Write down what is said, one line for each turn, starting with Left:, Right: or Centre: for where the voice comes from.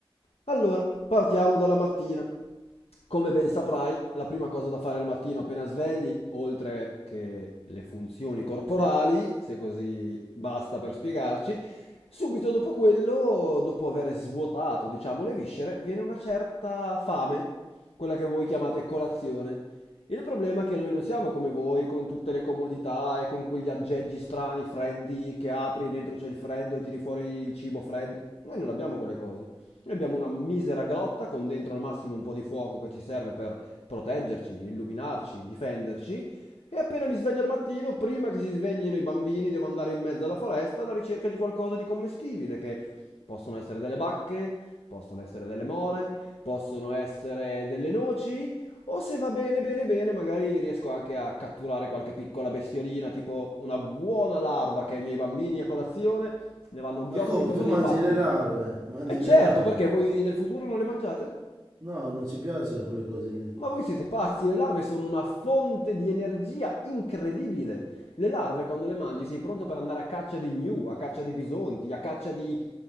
Left: Allora, partiamo dalla mattina. Come ben saprai, la prima cosa da fare al mattino appena svegli, oltre che le funzioni corporali, se così basta per spiegarci, subito dopo quello, dopo aver svuotato, diciamo, le viscere, viene una certa fame, quella che voi chiamate colazione. Il problema è che noi non siamo come voi con tutte le comodità e con quegli aggeggi strani, freddi, che apri e dentro c'è il freddo e tiri fuori il cibo freddo. Noi non abbiamo quelle cose. Noi abbiamo una misera grotta con dentro al massimo un po' di fuoco che ci serve per proteggerci, illuminarci, difenderci. E appena mi sveglio al mattino, prima che si sveglino i bambini, devo andare in mezzo alla foresta alla ricerca di qualcosa di commestibile, che possono essere delle bacche, possono essere delle more, possono essere delle noci o se va bene, bene, bene, magari riesco anche a catturare qualche piccola bestiolina, tipo una buona larva che ai miei bambini a colazione ne vanno ghiotti
Right: Ma come?
Left: come
Right: Tu
Left: dei
Right: mangi
Left: pazzi.
Right: le larve? Mangi
Left: E certo,
Right: le larve?
Left: perché voi del futuro non le mangiate?
Right: No, non ci piacciono quelle cose lì.
Left: Ma voi siete pazzi, le larve sono una fonte di energia incredibile. Le larve quando le mangi sei pronto per andare a caccia di gnu, a caccia di bisonti, a caccia di...